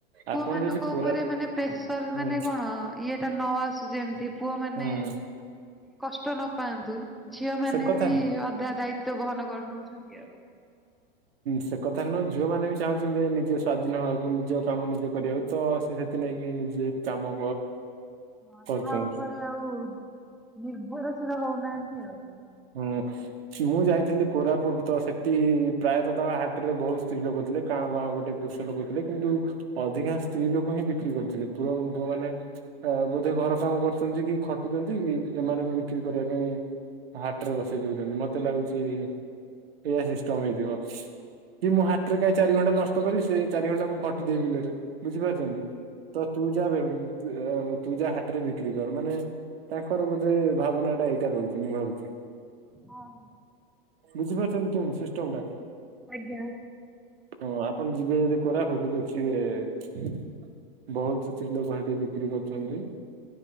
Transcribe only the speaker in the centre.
ପୁଅମାନଙ୍କ
ଉପରେ ମାନେ ପ୍ରେସର।
ମାନେ କଣ ଇଏଟା ନ ଆସୁ ଯେମିତି। ପୁଅ ମାନେ
କଷ୍ଟ ନ ପାଆନ୍ତୁ, ଝିଅ ମାନେ
ବି ଅଧା ଦାୟି। ତ ବହନ କରି ନଉଛନ୍ତି ଆଉ।
ହଁ
ଅନ୍ୟ ଉପରେ ଆଉ ନିର୍ଭର ଶୀଳ ହଉ ନାହାନ୍ତି ଆଉ।
ହଁ।
ଆଜ୍ଞା।